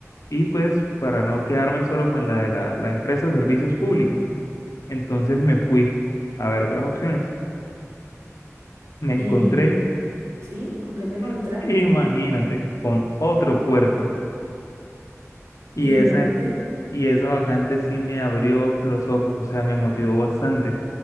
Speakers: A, on the left; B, on the right.
A: Y pues, para no quedarme solo con la de la, la empresa de servicios públicos, entonces me fui a ver otras opciones. Me encontré,
B: Y sí, ¿con qué te contraste?
A: <laughs> imagínate, con otro puerto. Y
B: ¿Y
A: esa
B: de dónde?
A: Y esa vacante sí me abrió los ojos, o sea, me motivó bastante.